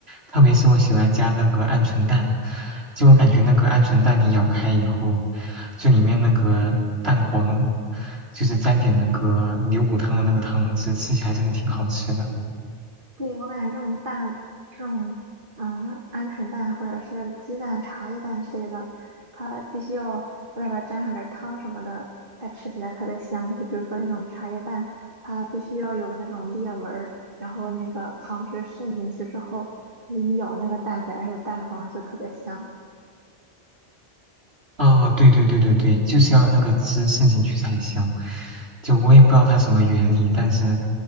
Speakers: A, on the right; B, on the right.
A: 特别是我喜欢加那个鹌鹑蛋，就我感觉那个鹌鹑蛋你咬开以后，就里面那个蛋黄，就是沾点那个牛骨汤的那个汤汁，吃起来真的挺好吃的。
B: 对，我感觉这种蛋，这种嗯、呃鹌鹑蛋或者是鸡蛋、茶叶蛋之类的，它必须要外边儿沾上点儿汤什么的，才吃起来特别香。就比如说那种茶叶蛋，它必须要有那种裂纹儿，然后那个汤汁渗进去之后，你一咬那个蛋白还有蛋黄就特别香。
A: 哦，对对对对对，就是要那个汁渗进去才香。就我也不知道它什么原理，但是，